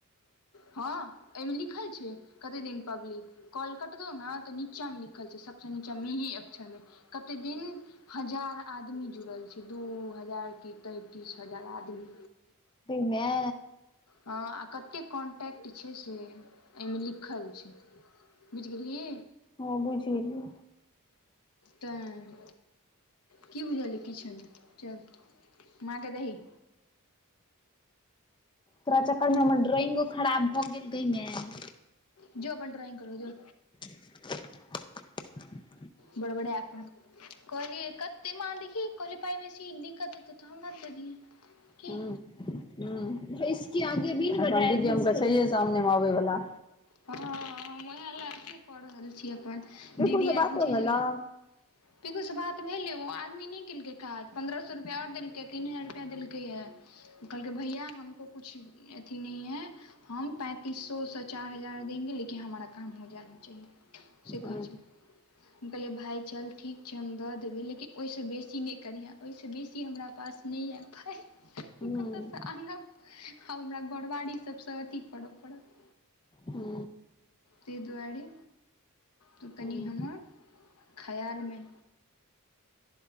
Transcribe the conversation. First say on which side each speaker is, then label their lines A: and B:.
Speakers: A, on the left (about 85°); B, on the left (about 20°).
A: ह ऐय मे लिखल छै। कते दिन पब्लिक। कल कटतौ न तऽ नीचा मे लिखल छै, सबस नीचा मिहि अक्षर मे। कते दिन हजार आदमी जुड़ल छै, दू हजार के तैय तीस हजार आदमी।
B: गई मेए।
A: ह आ कते कॉन्टैक्ट छै, से ऐय मे लिखल छै। बुझीगेलही।
B: ह बुझि गेलियइ।
A: तऽ की बुझलही किछो नै, चल। माँ के दही।
B: तोरा चक्कर मे हमर ड्रॉइंगो खराब भऽ गेल गै मेंए।
A: जो अपन ड्राइंग करग जो।
B: <unintelligible>
A: बड़बरे अपन। कहलिय कते माँ देखी कहली पाय बेसी दिक्कत हेतै तऽ हमरा दऽ दिहे। की
B: हु - हु अखन दिव्यम के छैहीए सामने में आब वला।
A: ह हम ओहे लेए अथी कऽ रहल छी अपन,
B: बिलकुल
A: दीदी
B: से
A: आय
B: बातो
A: पूछै
B: भेलौ
A: छलै। पिकु स बात भेलये ओ आदमी नै केलकै काज, पन्द्रह सो रुपैआ और देलकैए तीन हजार रुपैआ देलकैये। कहलकै, भैया हमको कुछ अथी नहि है हम पैंतीस सोसँ चार हजार देंगे लेकिन हमारा काम हो जाना चाहिए <unintelligible> से
B: हूं
A: कहै छलैय। हम कहलियए भाइ चल ठीक छै। हम दऽ देबै लेकिन ओहिसँ बेसी नइ करिहँ ओहिसँ बेसी हमरा पास नहि आबतै।
B: हूं
A: कतयसँ आनब आब हमरा घरवाड़ी सभसँ अथी करऽ पड़त।
B: हू।
A: ताहि दुआरे तू कनि
B: हूं
A: हमर खयालमे